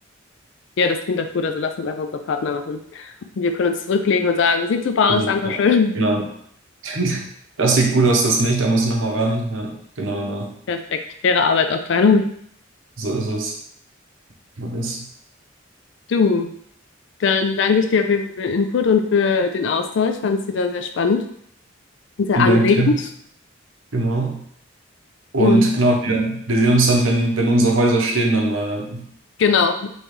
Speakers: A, on the left; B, on the right.
A: Ja, das klingt doch gut. Also lass uns einfach unsere Partner machen. Und wir können uns zurücklegen und sagen, sieht super
B: Also,
A: aus, danke
B: ja,
A: schön.
B: genau. <laughs> Das sieht gut aus, das nicht, da muss ich nochmal ran. Ja, genau, genau.
A: Perfekt, faire Arbeitsaufteilung.
B: So ist es. Man ist. es.
A: Du, dann danke ich dir auf jeden Fall für den Input und für den Austausch. Fand es wieder sehr spannend und sehr
B: Vielen
A: anregend.
B: Dank dir. Genau. Und
A: Und
B: genau, wir, wir sehen uns dann, wenn, wenn unsere Häuser stehen, dann mal. Ja.
A: genau.